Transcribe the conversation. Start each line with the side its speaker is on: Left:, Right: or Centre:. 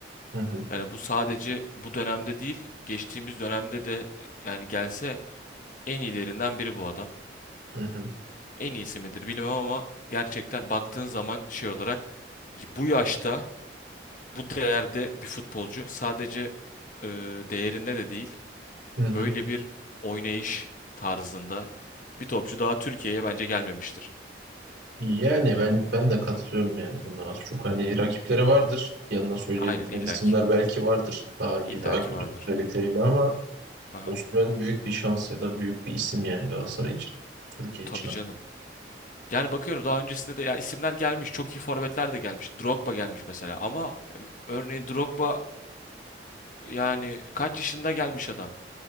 Right: Hı hı.
Left: Yani bu sadece bu dönemde değil, geçtiğimiz dönemde de e, yani gelse en iyilerinden biri bu adam.
Right: Hı hı.
Left: En iyisi midir bilmem ama gerçekten baktığın zaman şey olarak bu yaşta bu değerde bir futbolcu sadece e, değerinde de değil.
Right: Hı hı.
Left: Böyle bir oynayış tarzında bir topçu daha Türkiye'ye bence gelmemiştir.
Right: Yani ben ben de katılıyorum yani buna az çok hani rakipleri vardır. Yanına söyleyebileceğin
Left: Aynen illaki.
Right: isimler belki vardır. Daha iyi,
Left: illaki
Right: daha kötü
Left: vardır.
Right: özellikleriyle ama
Left: Aha.
Right: Osimhen büyük bir şans ya da büyük bir isim yani Galatasaray için. Türkiye
Left: Tabii
Right: için.
Left: canım. Yani bakıyorum daha öncesinde de ya isimler gelmiş. Çok iyi forvetler de gelmiş. Drogba gelmiş mesela ama em, örneğin Drogba yani kaç yaşında gelmiş adam?